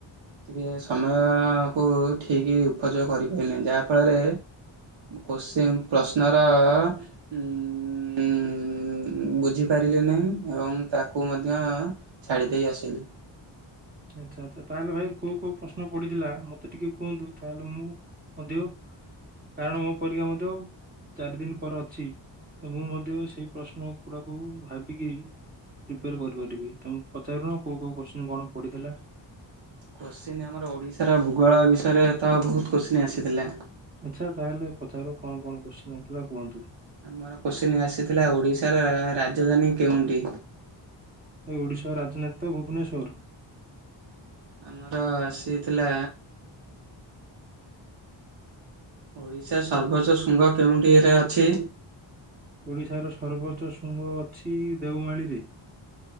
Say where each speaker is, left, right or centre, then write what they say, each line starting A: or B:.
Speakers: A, on the right; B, on the right.
A: ଟିକେ ସମୟ କୁ ଠିକ ଉପଯୋଗ କରିପାଇଲିନି ଯାହା ଫଳରେ। କୋସଚିନ ପ୍ରଶ୍ନର ଉଁ ବୁଝି। ପାରିଲି ନାହିଁ ଏବଂ ତାକୁ ମଧ୍ୟ ଛାଡି ଦେଇ ଆସିଲି।
B: ଆଛା ଆଛା ତାହେଲେ ଭାଇ କୋଉ କୋଉ ପ୍ରଶ୍ନ ପଡିଥିଲା ମତେ ଟିକେ କୁହନ୍ତୁ ତାହେଲେ ମୁଁ ମଧ୍ୟ। କାରଣ ମୋ ପରୀକ୍ଷା ମଧ୍ୟ। ଚାରି ଦିନ ପରେ ଅଛି ତ ମୁଁ ମଧ୍ୟ ସେଇ ପ୍ରଶ୍ନ ଗୁଡାକୁ ଭାବିକି। ପ୍ରିପେୟାର କରିପାରିବି ତମେ ପଚାରୁନ କୋଉ କୋଉ କୋଶ୍ଚିନ୍ କଣ ପଡ଼ିଥିଲା।
A: କୋଶ୍ଚିିନ ଆମର ଓଡିଶାର ଭୂଗୋଳ ବିଷୟରେ ତ ବହୁତ କୋଶ୍ଚିିନ ଆସିଥିଲା।
B: ଆଛା ତାହେଲେ ପଚାର କଣ କଣ କୋସଚୀନ ଆଇଥିଲା କୁହନ୍ତୁ।
A: ଆମର କୋଶିିନ ଆସିଥିଲା ଓଡିଶାର ରାଜଧାନୀ କେଉଁଠି।
B: ଏଇ ଓଡ଼ିଶା ରାଜଧନୀ ତ ଭୁବନେଶ୍ୱର।
A: ଆମର ଆସିଥିଲା। ଓଡ଼ିଶା ସର୍ବୋଚ୍ଚ ଶୃଙ୍ଗ କେଉଁଠିରେ ଅଛି।
B: ଓଡ଼ିଶାର ସର୍ବୋଚ୍ଚ ଶୃଙ୍ଗ ଅଛି ଦେଉମାଳିରେ।